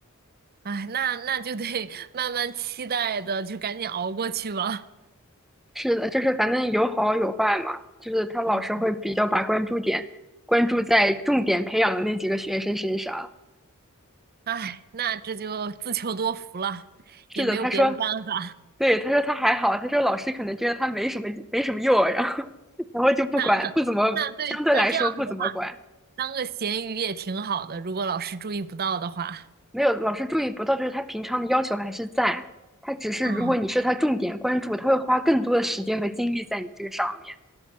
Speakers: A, on the right (about 45°); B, in the centre.
A: 哎，那那就得慢慢期待的，就赶紧熬过去吧。
B: 是的，就是反正有好有坏嘛，就是他老师会比较把关注点关注在重点培养的那几个学生身上。
A: 嗯，哎，那这就自求多福了，
B: 是的，
A: 也没有别的办法。
B: 他说，对，他说他还好，他说老师可能觉得他没什么没什么用，然后 <laughs> 然后就不管，
A: 那
B: 不怎么相对来说不怎么管，
A: 那对，那这样子的话，当个咸鱼也挺好的，如果老师注意不到的话，
B: 没有老师注意不到，就是他平常的要求还是在，他只是如果你是他重点关注，
A: 嗯，
B: 他会花更多的时间和精力在你这个上面。